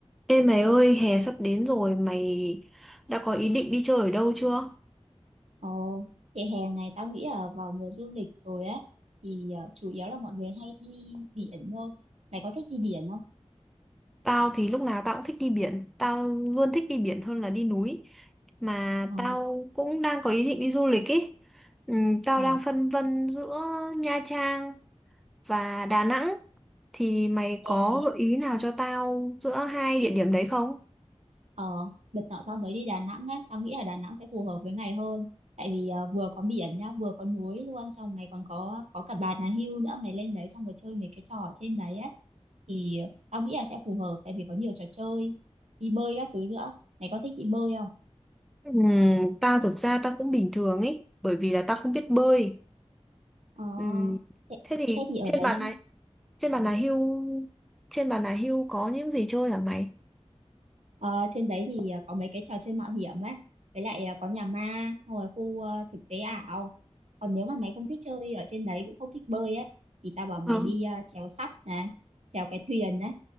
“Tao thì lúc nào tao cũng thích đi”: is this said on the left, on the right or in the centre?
Centre